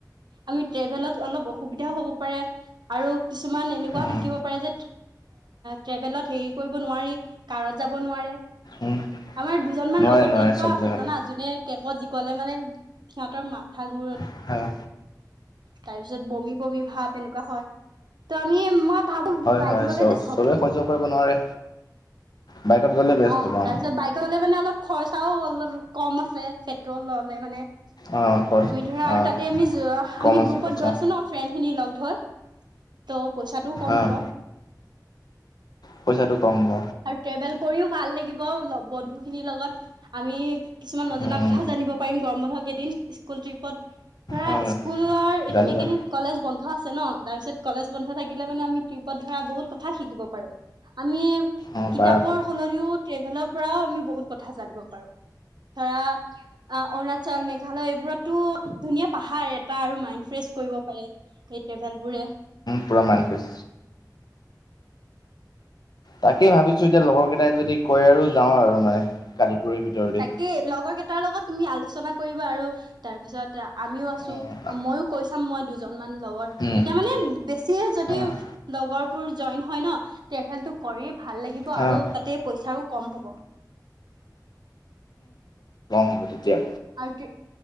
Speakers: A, on the right; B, on the left.
A: আমি ট্ৰেভেলত অলপ অসুবিধাও হ'ব পাৰে আৰু কিছুমান এনেকুৱা
B: উম,
A: থাকিব পাৰে যে ট্ৰেভেলত হেৰি কৰিব নোৱাৰি কাৰত যাব নোৱাৰে
B: উম।
A: আমাৰ দুজনমান
B: নোৱাৰে
A: লগ ও
B: নোৱাৰে
A: তেনেকুৱা
B: চব
A: আছে
B: জেগাতে
A: জানা, জোনে কেপত গলে মানে সিহঁতৰ মাথা ঘুৰণি
B: হয়।
A: তাৰ পিছত, বমি বমি ভাপ এনেকুৱা হয় ত আমি মই ভাবো
B: হয়
A: বাইক
B: হয়
A: গলে
B: চ
A: বেষ্ট হব।
B: চবে সহ্য কৰিব নোৱাৰে বাইকত গ'লে বেষ্ট
A: অ
B: পাম
A: তাৰপিছত বাইক গলে মানে অলপ খৰচ চাও অলপ কম আছে। পেট্ৰল ললে মানে,
B: অ' হয়।
A: আমি ধৰা আৰু
B: অ'
A: তাতে আমি
B: কম
A: আমি
B: আছে
A: গ্ৰুপত
B: খৰচা
A: গৈ আছো ন ফ্ৰেণ্ড খিনি লগ ধৈ। ত' পইচাটোও কম
B: অ'
A: হ'ব।
B: পইচাটো কম হ'ব।
A: আৰু ট্ৰেভেল কৰিও ভাল লাগিব। বন্ধু খিনিৰ লগত আমি কিছুমান নজনা
B: উম।
A: কথাও জানিব পাৰিম গৰম বন্ধত। ধ কেইদিন স্কুল ট্ৰিপত। ধৰা
B: অ'
A: স্কুলৰ
B: জানিবা
A: এইকেইদিন কলেজ বন্ধ আছে ন। তাৰপিছত কলেজ বন্ধ থাকিলে, মানে আমি ট্ৰিপত ধৰা বহুত কথা শিকিব পাৰো। আমি
B: অ'
A: কিতাপৰ
B: পাৰা পাৰা
A: সলনিও ট্ৰেভেলৰ পৰাও আমি বহুত কথা জানিব পাৰো। ধৰা অৰুণাচল মেঘালয় এইবোৰতো ধুনীয়া পাহাৰ এটা আৰু মাইণ্ড ফ্ৰেচ কৰিব পাৰে এই ট্ৰেভেল বোৰে।
B: পূৰা মাইণ্ড ফেছ। তাকেই ভাবিছো, এতিয়া লগৰ কেইটাই যদি কয় আৰু যাওঁ আৰু মানে। কালিপুৰীৰ ভিতৰতে।
A: তাকেই লগৰ কেইটাৰ লগত তুমি আলোচ চনা কৰিব আৰু তাৰপিছত আমিও আছো।
B: অ'
A: মইও কৈ চাম মই দুজনমান লগত।
B: উম,
A: তেতিয়া মানে বেছিয়ে যদি
B: অ'
A: লগৰবোৰ জইন হয় ন ট্ৰেভেলটো কৰি ভাল লাগিব আৰু
B: অ'
A: তাতে পইচাও কম হ'ব।
B: অহ তেতিয়া।
A: আৰু তি